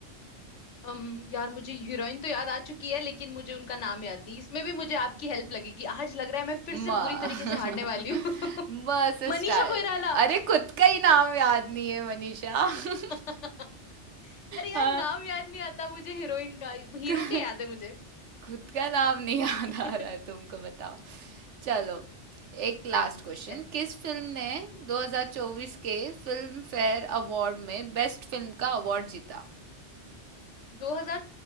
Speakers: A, on the left (about 80°); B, on the right (about 75°).
A: अम यार मुझे हीरोइन तो याद आ चुकी है लेकिन मुझे उनका नाम याद नहीं इसमें भी मुझे आपकी हेल्प लगेगी आज लग रहा है मैं फिर
B: म
A: से बुरी
B: <laughs>
A: तरीके से हारने वाली हूँ <laughs>
B: म से स्टार
A: मनीषा कोइराला
B: अरे खुद का ही नाम याद नहीं है मनीषा <laughs>
A: <laughs> अरे
B: अ,
A: यार नाम याद नहीं आता मुझे हीरोइन का हीरो
B: क- <laughs>
A: के याद है मुझे
B: खुद का नाम नहीं याद
A: <laughs>
B: आ रहा है तुमको बताओ चलो एक लास्ट क्वेश्चन
A: ठीक है
B: किस फिल्म ने
A: हम्म
B: 2024 के फिल्म फेयर अवार्ड में बेस्ट फिल्म का अवार्ड जीता
A: दो हजार